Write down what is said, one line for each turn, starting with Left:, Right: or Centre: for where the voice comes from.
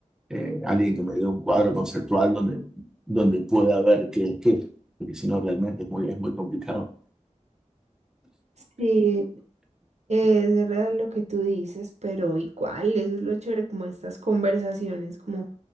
Centre: Eh, alguien que me dé un cuadro conceptual donde, donde pueda ver qué es qué, porque si no realmente es muy, es muy complicado.
Right: Sí, Es real lo que tú dices, pero igual, eso es lo chévere como estas conversaciones, como